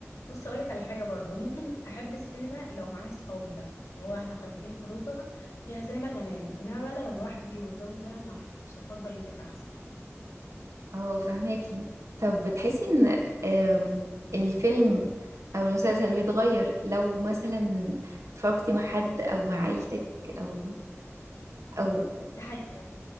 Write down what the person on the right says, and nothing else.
اه فهماكي طب بتحسي ان آم، الفيلم او المسلسل بيتغير لو مثلا اتفرجتي مع حد او مع عيلتك او او